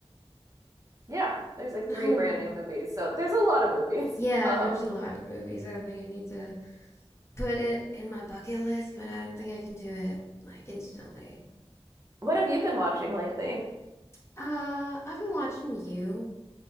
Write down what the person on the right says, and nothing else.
yeah, there's like three
brand
new movies. So there's a lot of movies.
<laughs> Um,
what have you been watching lately?